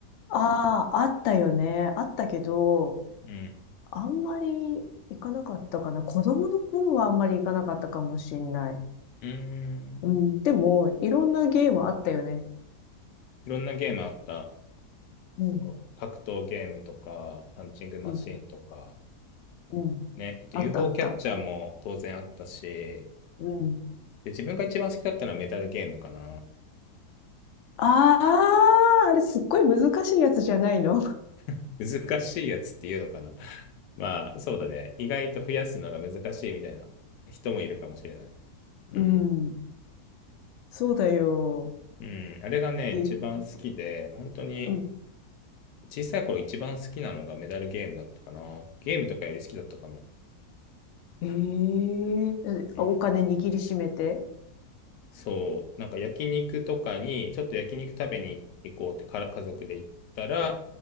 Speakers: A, on the left; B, on the left.
A: ああ、あったよね。あったけど、
B: うん。
A: あんまり行かなかったかな。子供の頃はあんまり行かなかったかもしんない。
B: うーん。
A: うん。でも、いろんなゲームあったよね。
B: いろんなゲームあった。
A: うん。
B: そう格闘ゲームとか、パンチングマシンとか、
A: うん。うん。
B: ね、あと
A: あったあった。
B: UFO キャッチャーも当然あったし、
A: うん。
B: で、自分が一番好きだったのはメタルゲームかな。
A: ああ、あれすっごい難しいやつじゃないの。<laughs>
B: <laughs> 難しいやつっていうのかな。<laughs> まあ、そうだね。意外と増やすのが難しいみたいな人もいるかもしれない。
A: うん。
B: うん。
A: そうだよ。
B: うん。あれがね、
A: えー
B: 一番好きで、本当に
A: うん。
B: 小さい頃一番好きなのがメダルゲームだったかな。ゲームとかより好きだったかも。
A: ええあお金握りしめて。
B: うんそう、なんか焼肉とかに、ちょっと焼肉食べに行こうってから家族で行ったら、